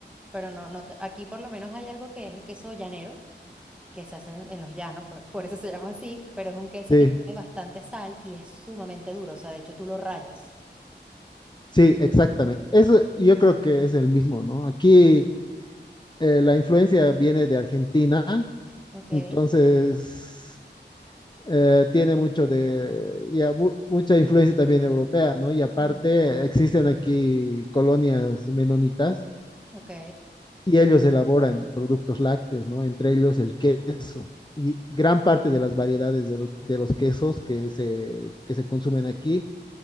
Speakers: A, in the centre; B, on the left.
A: pero no, no, te- aquí por lo menos hay algo que es el queso llanero. que se hacen en los llanos, por, por eso se llama así, pero es un queso
B: Sí,
A: que tiene bastante sal y es sumamente duro, o sea, de hecho tú lo rayas,
B: sí, exactamente. Eso yo creo que es el mismo, ¿no? Aquí eh, la influencia viene de Argentina,
A: ¿ok?
B: Entonces, eh, tiene mucho de, ya, mu- mucha influencia también europea, ¿no? Y aparte,
A: Ujú.
B: existen aquí colonias menonitas
A: Ok,
B: y ellos elaboran productos lácteos, ¿no? Entre ellos el queso. Y gran parte de las variedades de, lo- de los quesos que se, que se consumen aquí